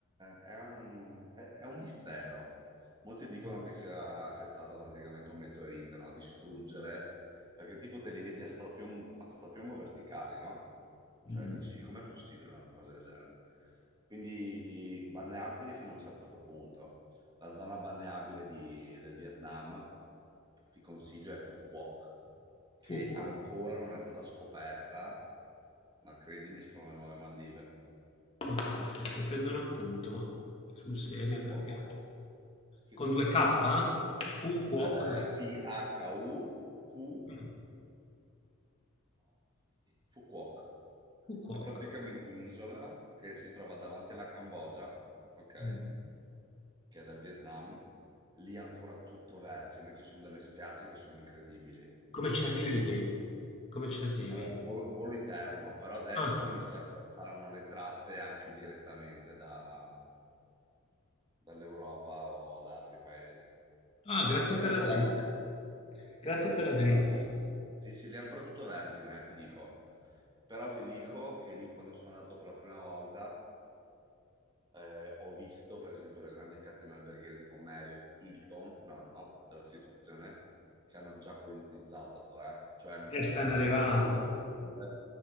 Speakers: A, on the right; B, on the left.
A: è un, è- è un mistero. Molti dicono
B: Mm.
A: che sia, sia stato praticamente un meteorite, no? A Distruggere perché tipo te li vedi a strapiombo, a strapiombo verticali, no? Cioè
B: Mm.
A: dici, com'è possibile una cosa del genere? Quindi balneabili fino a un certo punto. La zona balneabile di- del Vietnam, ti consiglio, è Phu Quoc, che
B: Fu. qua.
A: ancora non è stata scoperta, ma credimi, sono le nuove Maldive.
B: Ma pensa, ti prendono appunto, ma sul serio
A: Phu
B: perché?
A: Quoc. Sì,
B: Con
A: sì,
B: 2K?
A: sì.
B: Fu Quoc.
A: Eh, P-H-U-Q-U-O-C.
B: Mh,
A: Phu Quoc.
B: Fu Quoc.
A: È praticamente un'isola che si trova davanti alla Cambogia, ok?
B: Mh.
A: Che è dal Vietnam. Lì è ancora tutto vergine, ci sono delle spiagge che sono incredibili.
B: Come ci
A: E
B: arrivi
A: per-
B: lì? Come ci arrivi?
A: eh, volo, volo interno, però adesso
B: Ah.
A: mi sa che faranno le tratte anche direttamente da- dall'Europa o da altri paesi,
B: Ah,
A: perché
B: grazie
A: c'è
B: per
A: la
B: la dritta. Grazie
A: sì,
B: per
A: sì,
B: la dritta.
A: però lì sì, sì, lì è ancora tutto vergine, eh, ti dico. Però ti dico che lì quando sono andato per la prima volta, ehm, ho visto per esempio le grandi catene alberghiere tipo Marriott, Hilton, no, no, della situazione, che hanno già colonizzato, eh. Cioè, nel
B: Eh,
A: senso,
B: stanno
A: non sono
B: arrivando.
A: ancora attive le strutture